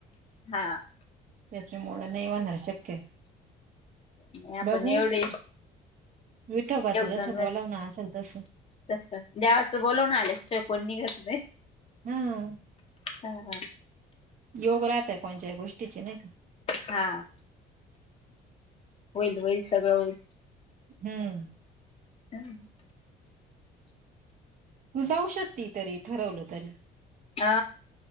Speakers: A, on the left; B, on the right.
A: हा
B: त्याच्यामुळे नाही होणार शक्य
A: नाही आपण
B: बघू
A: एवढे
B: विठोबाच जसं
A: दोन वर्ष
B: बोलाव ना असेल तस
A: तस देवाचं बोलवून आल्याशिवाय कोणी निघत नाही
B: हम्म
A: हा हा
B: योग राहतय कोणच्या्य गोष्टीचे नाही का
A: हा होईल होईल सगळं होईल
B: हम्म
A: हम्
B: ु जाऊ शकती तरी ठरवलं तरी
A: आ